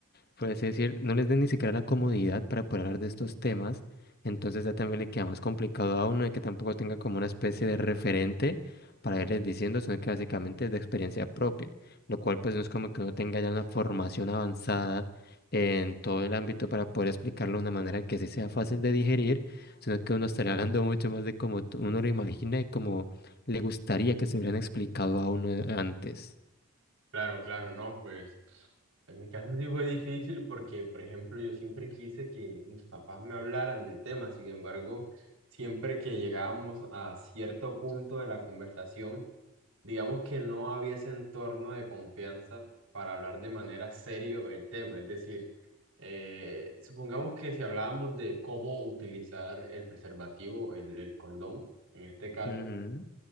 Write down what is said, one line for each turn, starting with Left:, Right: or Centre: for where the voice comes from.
Left: por así decir, no les den ni siquiera la comodidad para poder hablar de estos temas, entonces ya también le queda más complicado a uno de que tampoco tenga como una especie de referente para irles diciendo, sino que básicamente es de experiencia propia, lo cual pues no es como que uno tenga ya una formación avanzada en todo el ámbito para poder explicarlo de una manera que sí sea fácil de digerir, sino que uno estaría hablando mucho más de cómo t- uno lo imagina y cómo le gustaría que se hubieran explicado a uno antes.
Right: Claro, claro, no, pues. En mi caso sí fue difícil porque, por ejemplo, yo siempre quise que mis papás me hablaran del tema. Sin embargo, siempre que llegábamos a cierto punto de la conversación, digamos que no había ese entorno de confianza para hablar de manera serio el tema. Es decir, eh, supongamos que si hablábamos de cómo utilizar el preservativo, el, el condón, en este caso
Left: Ujú,